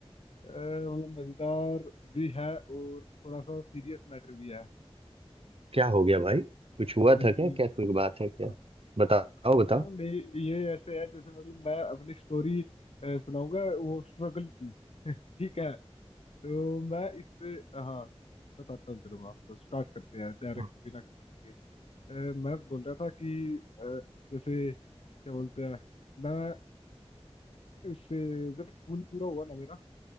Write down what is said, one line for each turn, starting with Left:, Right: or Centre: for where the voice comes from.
Left: मतलब मजेदार भी है और थोड़ा सा सीरियस मैटर भी है
Right: क्या हो गया भाई कुछ हुआ
Left: मतलब
Right: था क्या क्या कोई बात है क्या
Left: हाँ
Right: बताओ
Left: अ,
Right: बताओ
Left: नहीं ये ऐसे है जैसे मतलब मैं अपनी स्टोरी सुनाऊंगा वो स्ट्रगल की ठीक है तो मैं इस पे हाँ बताता हूँ चलो मैं आपको स्टार्ट करते हैं डायरेक्ट
Right: हाँ,
Left: बिना किसी अ, मैं बोल रहा था कि अ, जैसे क्या बोलते हैं मैं उससे जब स्कूल पूरा हुआ ना मेरा